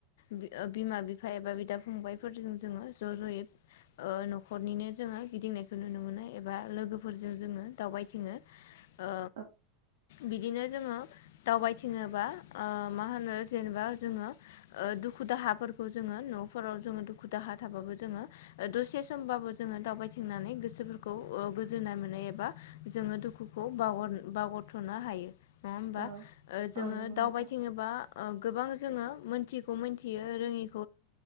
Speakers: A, on the left; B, on the right.
A: बि ओ बिमा बि बिफा एबा बिदा फंबायफोरजों जोङो ज' ज'यै ओ न'खरनिनो जोङो गिदिंनायखौ नुनो मोनो एबा लोगोफोरजों जोङो दावबायथिङो ओ
B: औ
A: बिदिनो जोङो दावबायथिङोबा ओ मा होनो जेनेबा जोङो ओ दुखु दुखु दाहाफोरखौ जोङो न'फोराव जोङो दुखु दाहा थाबाबो जोङो दसे समबाबो जोङो दावबायथिंनानै गोसोफोरखौ गोजोननाय मोननाय एबा जोङो दुखुखौ बाव बावगारथ'नो हायो। नङा होमबा
B: औ औ
A: जोङो
B: नंगौ
A: दावबायथिङोबा
B: नोंथां
A: गोबां जोङो मोनथिगौ मिथियो रोङि